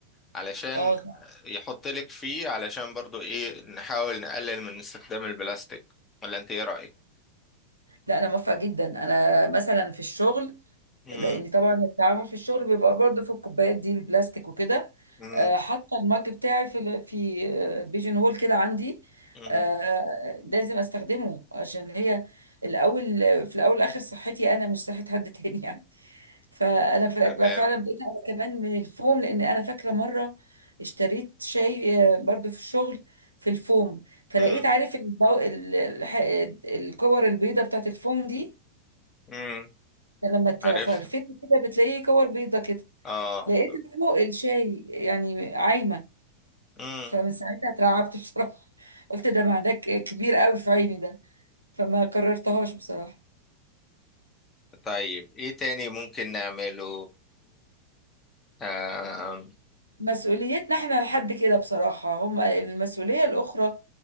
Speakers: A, on the left; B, on the right.
A: علشان
B: اه صح
A: يحط لك فيه علشان برضو ايه نحاول نقلل من استخدام البلاستيك ولا انت ايه رأيك
B: لا انا موافقه جدا انا مثلا في الشغل
A: مم.
B: لان طبعا التعامل في الشغل بيبقى برضه في الكوبايات دي البلاستيك وكده
A: مم.
B: آه، حاطه المج بتاعي في ال- في آه، بيجن هول كده عندي
A: مم.
B: آه، لازم استخدمه عشان هي
A: مم.
B: الاول في الاول والاخر صحتي انا مش صحه حد <laughs> تاني يعني فانا ف- بقى
A: تمام
B: فعلا بقيت انا كمان من الفوم لان انا فاكره مره اشتريت شاي آه، برضو في الشغل في الفوم فلقيت
A: مم.
B: عارف البو... ال- الح- الكور البيضه بتاعت الفوم دي
A: مم.
B: لما تفرفته
A: عارف
B: كده بتلاقيه كور بيضة كده
A: اه
B: لقيتها فوق الشاي يعني عايمة
A: مم.
B: فمن ساعتها اترعبت <laughs> بصراحة قلت ده معدك كبير قوي في عيني ده فما قررتهاش بصراحة
A: طيب ايه تاني ممكن نعمله آم.
B: مسؤوليتنا احنا لحد كده بصراحة هم المسؤولية الأخرى